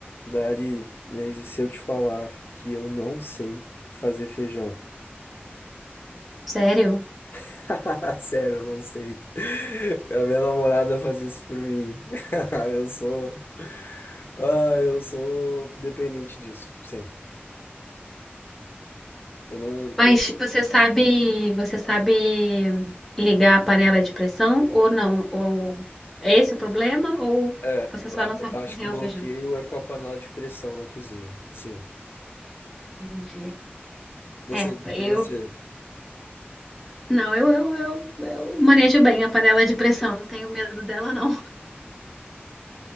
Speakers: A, on the left (about 60°); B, in the centre.
A: Dari, mas e se eu te falar que eu não sei fazer feijão?
B: Sério?
A: <laughs> Sério, eu não sei. A minha namorada faz isso por mim. <laughs> Eu sou. Ah, eu sou dependente disso. Sim. Eu não.
B: Mas
A: eu-
B: você sabe, você sabe ligar a panela de pressão ou não? Ou é esse o problema? Ou
A: É,
B: você
A: eu
B: só
A: a-
B: não sabe
A: eu acho
B: cozinhar
A: que o bloqueio
B: o feijão?
A: é com a panela de pressão na cozinha. Sim.
B: Entendi.
A: Você,
B: É, eu
A: e você?
B: não, eu, eu, eu, eu manejo bem a panela de pressão, não tenho medo dela, não.